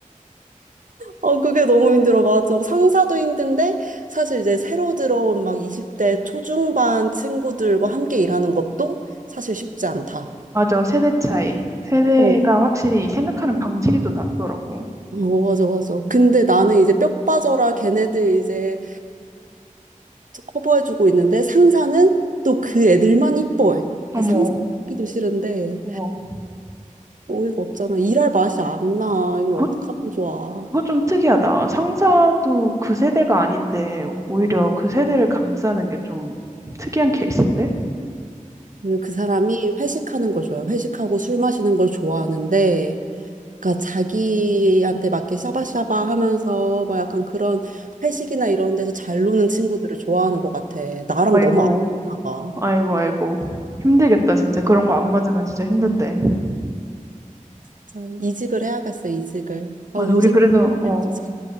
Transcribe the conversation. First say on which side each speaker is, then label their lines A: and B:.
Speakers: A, on the right (about 70°); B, on the right (about 20°).
A: 어, 그게 너무 힘들어. 맞아. 상사도 힘든데, 사실 이제 새로 들어온 막 20대 초중반 친구들과 함께 일하는 것도 사실 쉽지 않다.
B: 맞아, 세대 차이. 세대가
A: 어,
B: 확실히 생각하는 방식이 또 다르더라고.
A: 어, 맞아, 맞아. 근데 나는 이제 뼈 빠져라 걔네들 이제 커버해주고 있는데, 상사는 또 그 애들만 이뻐해. 나
B: 어머,
A: 상사 하기도 싫은데,
B: 어머.
A: 어이가 없잖아. 일할 맛이 안 나. 이걸
B: 그거,
A: 어떡하면 좋아.
B: 그거 좀 특이하다. 상사도 그 세대가 아닌데 오히려 그 세대를 감싸는 게 좀 특이한 케이스인데?
A: 그, 그 사람이 회식하는 걸 좋아해. 회식하고 술 마시는 걸 좋아하는데, 그러니까 자기한테 맞게 샤바샤바 하면서 막 약간 그런 회식이나 이런 데서 잘 노는 친구들을 좋아하는 것 같아. 나랑
B: 아이고,
A: 너무 안 맞나 봐.
B: 아이고, 아이고. 힘들겠다, 진짜. 그런 거 안 맞으면 진짜 힘든데.
A: 진짜 이직을 해야겠어, 이직을. 아,
B: 맞아,
A: 요새
B: 우리 그래서,
A: 맨날
B: 어,
A: 진짜